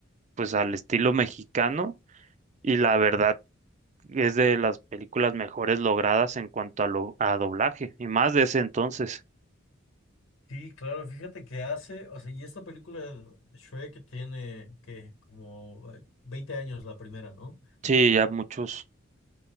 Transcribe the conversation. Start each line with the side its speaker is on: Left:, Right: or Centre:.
Right: pues, al estilo mexicano. Y la verdad es de las películas mejores logradas en cuanto a, lo, a doblaje, y más de ese entonces.
Left: Sí, claro, fíjate que hace, o sea, y esta película Shrek tiene que como eh, 20 años la primera, ¿no?
Right: Sí, ya muchos.